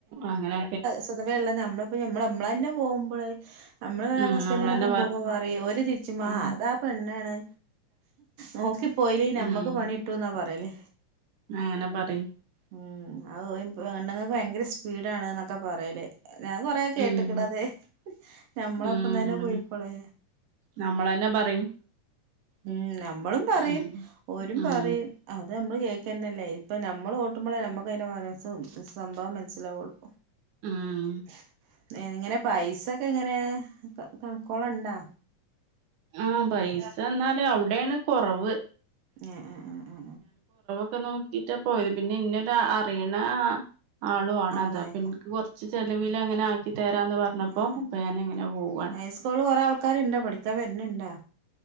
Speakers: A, on the right (about 75°); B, on the right (about 90°).
A: അങ്ങനെ
B: സ്വതവേള്ള നമ്മളിപ്പോ നമ്മ നമ്മളെന്നെ പോകുമ്പോളേ നമ്മള് നമ്മടെ
A: ഉം
B: ഹസ്ബൻഡിനൊപ്പം
A: നമ്മളന്നെ
B: പോവുമ്പോ പറയും ഓര് തിരിച്ചുമാ
A: ഉം
B: അതാ പെണ്ണാണ് നോക്കിപ്പോയില്ലെങ്കിൽ നമ്മക്ക്
A: ഉം
B: പണി കിട്ടുന്നാ പറയല്
A: അങ്ങനെ പറയും
B: ഉം അത് ഓ പെണ്ണുങ്ങൾക്ക് ഭയങ്കര സ്പീഡാണ് എന്നൊക്കെ പറയല് ഞാൻ കൊറേ കേട്ടക്കിണത്
A: ഉം
B: ഞമ്മളപ്പം
A: ഉം
B: തന്നെ
A: അതന്നെ
B: പോയിപ്പോളെ
A: നമ്മളന്നെ പറയും
B: ഉം നമ്മളും പറയും
A: ഉം
B: ഓരും
A: ഉം
B: പറയും അത് നമ്മള് കേൾക്കന്നല്ലേ ഇപ്പ നമ്മള് കോട്ടുമ്പോളേ നമ്മുക്ക് അതിന്റെ മനസ്സും സംഭവം മനസ്സിലാവുള്ളു
A: ഉം
B: <unintelligible> ഏ ഇങ്ങനെ പൈസൊക്കെ ഇങ്ങനെ കണക്കോളണ്ടാ
A: ആ പൈസ എന്നാലും അവിടെയാണ് കൊറവ്
B: ആ ആ ആ ആ
A: ഒക്കെ നോക്കിട്ടാ പോയത് പിന്നെ ഇന്നൊരു അറിയണ ആളു ആണ്
B: ആളായി
A: അത് പിന്നെ കുറച്ച് ചെലവിൽ അങ്ങനെ തരാന്ന് പറഞ്ഞപ്പോ
B: ആ
A: അപ്പൊ ഞാൻ അങ്ങനെ പോവാണ്
B: ഹൈസ്കൂള് കുറെ ആൾക്കാരു ഇണ്ടോ പഠിക്കാൻ വരുന്ന ഇണ്ടോ